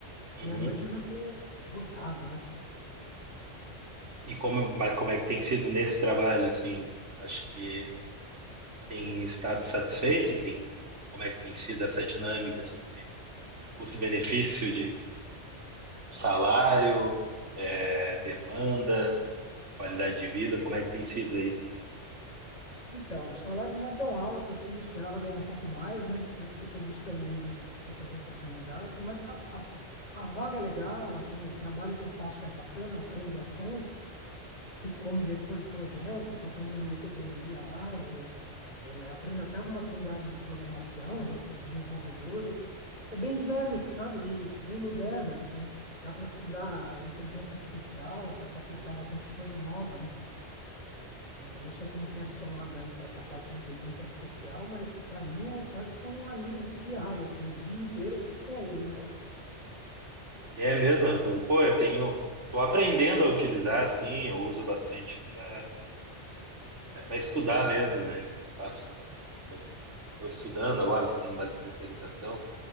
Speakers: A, on the right; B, on the left.
A: Uhum.
B: E à noite eu já tô esgotado, né?
A: E como, mas como é que tem sido nesse trabalho, assim? Acho que tem estado satisfeito, tem, como é que tem sido essa dinâmica, assim, de custo-benefício, de salário, é, demanda, qualidade de vida, como é que tem sido aí?
B: Então, o salário não é tão alto assim, eu esperava ganhar um pouco mais, né? Tanto que eu estou buscando aí umas outras oportunidades, mas a, a, a vaga é legal, assim, o trabalho que eu faço é bacana, eu aprendo bastante, fico como gestor de projeto, estou aprendendo metodologia ágil, é, aprendo até algumas linguagens de programação junto com os desenvolvedores. É bem dinâmico, sabe? E bem moderno, assim, dá para estudar inteligência artificial, dá para aplicar bastante coisa nova, né? Eu não sei como que é do seu lado aí para essa parte de inteligência artificial, mas para mim é quase que um amigo do diário, assim, o dia inteiro eu fico com ele, né?
A: É mesmo, Arthur? Pô, eu tenho, tô aprendendo a utilizar, assim, eu uso bastante para estudar mesmo, né? Eu faço, estou estudando agora, fazendo mais especialização,